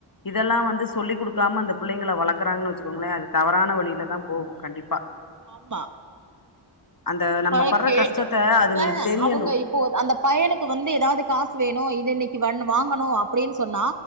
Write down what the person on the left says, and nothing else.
இதெல்லா வந்து சொல்லி குடுக்காம அந்த பிள்ளைங்கள வளர்க்குறாங்கன்னு வச்சுக்கோங்களே அது தவறான வழியிலதா போகு கண்டிப்பா
அந்த
நம்ம படுற
கஷ்டத்த அதுங்களுக்கு
தெரியணு